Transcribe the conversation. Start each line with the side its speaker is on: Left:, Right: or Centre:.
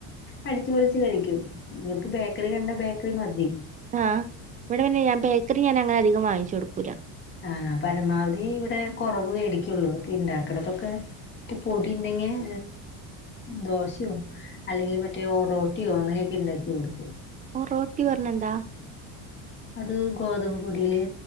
Left: അടിച്ചുപൊളിച്ചു കഴിക്കും ഇവർക്ക് ബേക്കറി കണ്ട ബേക്കറി മതി
Right: ആഹ് ഇവിടെ പിന്നെ ഞാൻ ബേക്കറി ഞാൻ അങ്ങനെ അധികം വാങ്ങിച്ചു കൊടുക്കൂല
Left: ആപരമാവധി ഇവിടെ കുറവ് മേടിക്കുള്ളൂ പിണ്ടാക്കിടത്തൊക്കെ പൊടിണ്ടെങ്കിൽ ദോശയോ അല്ലെങ്കിൽ മറ്റേ റോട്ടിയോ അങ്ങനെയൊക്കെ ഉണ്ടാക്കി കൊടുക്കും
Right: റോട്ടി പറണ എന്താ
Left: അത് ഗോതമ്പ് പൊടിയില്